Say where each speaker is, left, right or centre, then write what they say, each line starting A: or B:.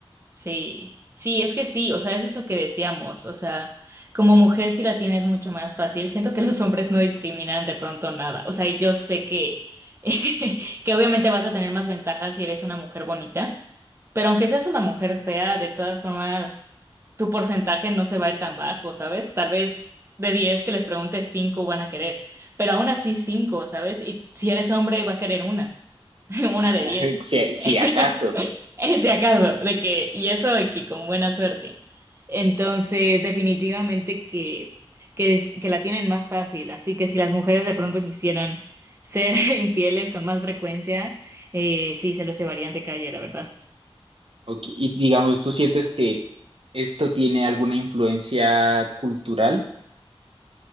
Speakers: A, on the right (about 25°); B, on the right (about 65°).
A: Sí, sí, es que sí, o sea, es eso que decíamos, o sea, como mujer sí la tienes mucho más fácil, siento que <laughs> los hombres no discriminan de pronto nada, o sea, y yo sé que, <laughs> que obviamente vas a tener más ventajas si eres una mujer bonita, pero aunque seas una mujer fea, de todas formas, tu porcentaje no se va a ir tan bajo, ¿sabes? Tal vez de 10 que les preguntes, 5 van a querer, pero aún así 5, ¿sabes? Y si eres hombre, va a querer una. <laughs> Una
B: <laughs>
A: de diez.
B: si, si
A: <laughs>
B: acaso.
A: Ese acaso, de que, y eso de que con buena suerte. Entonces, definitivamente que, que, es- que la tienen más fácil. Así que si las mujeres de pronto quisieran ser <laughs> infieles con más frecuencia, eh, sí, se los llevarían de calle, la verdad.
B: Ok, Y digamos, ¿tú sientes que esto tiene alguna influencia cultural?